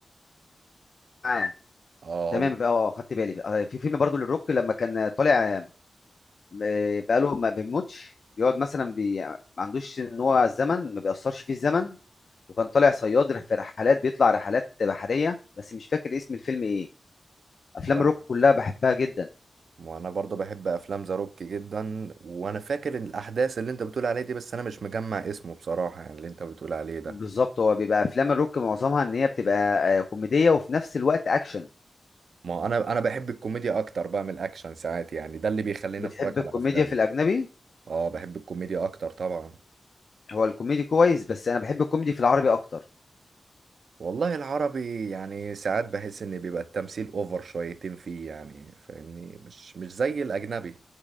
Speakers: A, on the left; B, on the right.
A: معاه
B: اه
A: تمام
B: هو
A: اه آه، خدت بالي آه، في فيلم برضو للروك لما كان طالع م- بقاله ما بيموتش بيقعد مثلا بي... ما عندوش ان هو الزمن ما بيأثرش فيه الزمن وكان طالع صياد رح- في رحلات بيطلع رحلات بحرية بس مش فاكر اسم الفيلم ايه افلام
B: وانا
A: الروك كلها بحبها جدا
B: وانا برضو بحب افلام ذا روك جدا وانا فاكر إن الاحداث اللي انت بتقول عليه دي بس انا مش مجمع اسمه بصراحة يعني اللي انت بتقول عليه ده
A: بالظبط هو بيبقى افلام الروك معظمها ان هي بتبقى آه، كوميدية وفي نفس الوقت اكشن
B: ما انا انا بحب الكوميديا اكتر بقى من الاكشن ساعات يعني ده اللي بيخليني
A: بتحب
B: اتفرج على
A: الكوميديا
B: افلامه
A: في الاجنبي
B: اه بحب الكوميديا اكتر طبعا
A: هو الكوميدي كويس بس انا بحب الكوميدي في العربي اكتر
B: والله العربي يعني ساعات بحس ان بيبقى التمثيل اوفر شويتين فيه يعني فاهمني مش مش زي الاجنبي